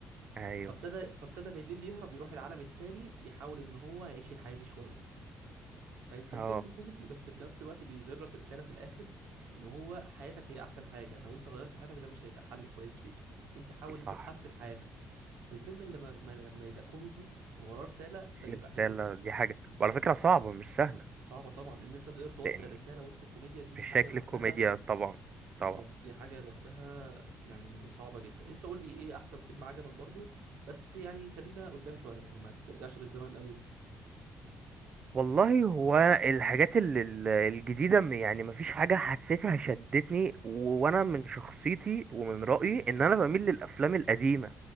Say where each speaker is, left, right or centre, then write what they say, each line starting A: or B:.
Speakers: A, on the right; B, on the right.
A: ايوه
B: فابتدى فابتدى بالليل يهرب يروح العالم التاني يحاول ان هو يعيش الحياه دي شويه فاهم فالفيلم
A: اه
B: كوميدي بس في نفس الوقت بيظهر لك رسالة في الآخر إن هو حياتك هي أحسن حاجة لو أنت غيرت حياتك ده مش هيبقى حل كويس ليك أنت حاول
A: صح
B: إن أنت تحسن حياتك فالفيلم اللي لما ما- لما يبقى كوميدي ووراه رسالة ده بيبقى
A: دي رسالة
B: حلو جدا
A: دي حاجة وعلى فكرة صعبة مش سهلة
B: صعبة طبعا إن أنت تقدر توصل
A: لأن
B: الرسالة وسط الكوميديا دي
A: في
B: حاجة
A: شكل
B: لوحدها
A: الكوميديا طبعا
B: بالظبط
A: طبعا
B: دي حاجة لوحدها يعني صعبة جدا أنت قول لي إيه أحسن فيلم عجبك برضو بس يعني خلينا قدام شوية يعني ما ترجعش بالزمن قوي
A: والله هو الحاجات ال- ال- الجديدة م- يعني مفيش حاجة حسيتها شدتني و- وأنا من شخصيتي ومن رأيي إن أنا بميل للأفلام القديمة